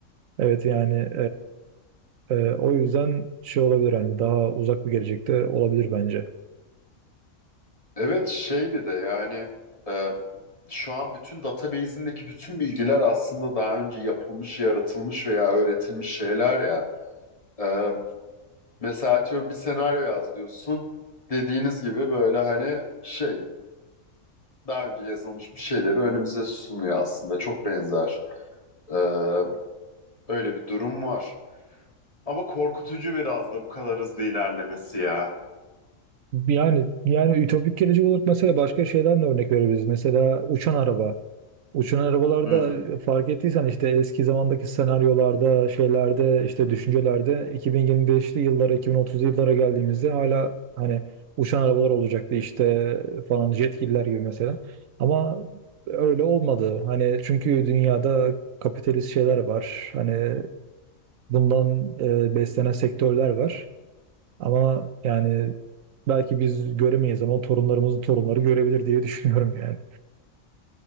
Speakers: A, on the right (about 75°); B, on the left (about 25°).
A: Evet yani e, e, o yüzden şey olabilir hani daha uzak bir gelecekte olabilir bence.
B: Evet şey bir de yani e, şu an bütün database'indeki bütün bilgiler aslında daha önce yapılmış, yaratılmış veya öğretilmiş şeyler ya. E, Mesela atıyorum bir senaryo yaz diyorsun. Dediğiniz gibi böyle hani şey daha önce yazılmış bir şeyleri önümüze sunuyor aslında. Çok benzer. Ee, öyle bir durum var. Ama korkutucu biraz da bu kadar hızlı ilerlemesi ya.
A: Yani yani ütopik gelecek olarak mesela başka şeyden de örnek verebiliriz. Mesela uçan araba. Uçan arabalarda
B: Hı hı.
A: fark ettiysen işte eski zamandaki senaryolarda, şeylerde, işte düşüncelerde 2025'li yıllara, 2030'lu yıllara geldiğimizde hala hani uçan arabalar olacaktı işte falan jetgiller gibi mesela. Ama öyle olmadı. Hani çünkü dünyada kapitalist şeyler var. Hani bundan e, beslenen sektörler var. Ama yani belki biz göremeyiz ama torunlarımızın torunları görebilir diye <laughs> düşünüyorum yani.